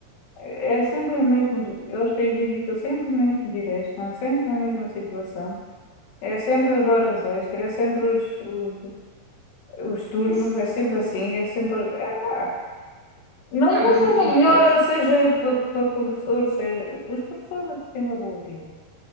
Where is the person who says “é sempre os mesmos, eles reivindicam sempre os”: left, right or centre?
Left